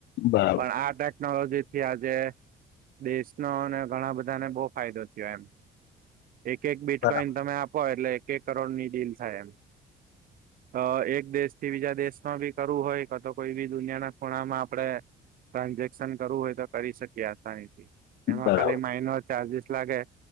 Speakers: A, on the left (about 80°); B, on the right (about 55°).
A: બરાબર
B: પણ આ ટેકનોલોજી થી આજે દેશનો અને ઘણા બધાને બહુ ફાયદો થયો એમ એક એક
A: બરાબર
B: કઈને તમે આપો એટલે એક એક કરોડ ની ડીલ થાય એમ
A: <inaudible>
B: અ એક દેશ થી બીજા દેશમાં બી કરવું હોય કે તો કોઈ બી દુનિયાના ખૂણામાં આપડણે ટ્રાન્ઝેક્શન કરવું હોય તો કરી શકીએ આસાની એમાં
A: બરાબર
B: ખાલી માઇનો ચાર્જસ લાગે